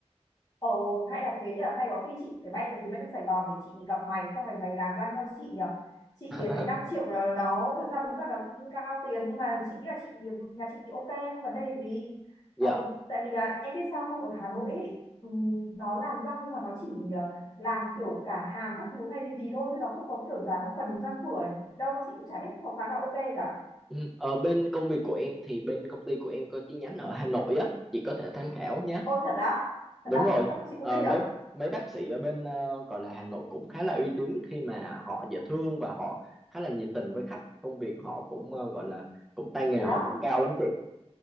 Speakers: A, on the left; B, in the centre.
A: Ồ, hay là thế nhở, hay có khi chị phải bay một chuyến bay sang Sài Gòn để chị gặp mày, xong mày bày làm ra cho chị nhở. Chị
B: <laughs>
A: thì thấy 5 triệu là nó, thực ra đúng là nó cũng cao tiền, nhưng mà chị nghĩ là chị, nhà chị thì ok, không vấn đề gì.
B: dạ
A: Ờ, tại vì là em biết sao không, ở Hà Nội ấy, ừm, nó làm răng nhưng mà nó chỉ ờ, làm kiểu cả hàm các thứ hay gì gì thôi, chứ nó không có kiểu dán một phần răng cửa đâu, chị cũng chả biết có khá là ok cả.
B: Ừ, Ở bên công việc của em thì bên công ty của em có chi nhánh ở Hà Nội á, chị có thể tham khảo nhé.
A: Ô thật á, thật
B: Đúng
A: á,
B: rồi,
A: sao mà chị không
B: ờ,
A: biết nhở?
B: mấy mấy bác sĩ ở bên ờ, gọi là Hà Nội cũng khá là uy tín khi mà họ dễ thương và họ khá là nhiệt tình với khách. Công việc họ cũng ờ, gọi là cũng tay nghề
A: Thế
B: họ
A: á,
B: cũng cao lắm chị.